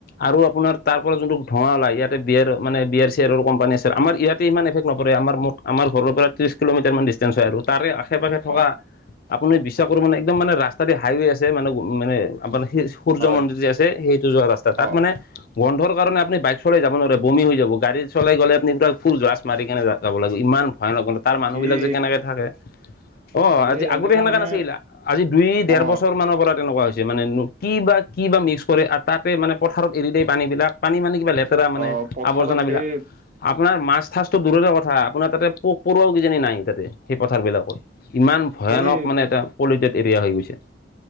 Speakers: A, on the left (about 50°); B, on the right (about 40°).
A: আৰু আপোনাৰ তাৰ পৰা যোনটো ধোঁৱাওল ইয়াতে বিয় আৰ মানে বি আৰ চি আৰাৰ কোম্পানী আছে আমাৰ ইয়াতে ইমান এফেক্ট নপৰে আমাৰ ম আমাৰ ঘৰৰ পৰা ত্ৰিশ কিলোমিটাৰ মান ডিষ্টেঞ্চ হয় আৰু তাৰে আশে পাশে
B: অ
A: থকা। আপুনি বিশ্বাস কৰোঁ মানে একদম মানে ৰাস্তাৰ দি হাইৱে আছে মানে মানে আপোনাৰ সেই, সূৰ্য
B: হয়
A: মন্দিৰ যে আছে সেইটো যোৱা ৰাস্তা তাত
B: অ
A: মানে। গন্ধৰ কাৰণে আপুনি বাই চলাই যাব নাৰে বমি হৈ যাব গাড়ী চলাই গ'লে আপুনি ফুল গলাছ মাৰি কেনে যাত, যাব লাগিব ইমান ভয় <unintelligible> তাৰ মানুহ
B: এই
A: বিলাক যে কেনেকে থাকে অ আজি
B: এই
A: আগতে
B: এনেকা
A: সেনেকা
B: মানে
A: নাছিল আজি দুই ডেৰ
B: অ
A: বছৰ, মানৰ পৰা তেনেকুৱা হৈছে মানে কি বা কি বা মিক্স কৰে তাতে মানে পথাৰত এৰি দিয়ে পানী বিলাক পানী মানে কিবা লেপ, মানে
B: অ পথাৰত
A: আৱৰ্জনাবিলাক।
B: সেই
A: আপোনাৰ মাছ ঠাচটো দূৰৰে কথা আপোনাৰ তাতে পোক পৰুৱও কিজানি নাই তাতে সেই পথাৰবিলাকত। ইমান ভয়ানক
B: সেই
A: মানে এটা পলিউটেড এৰিয়া হৈ গৈছে।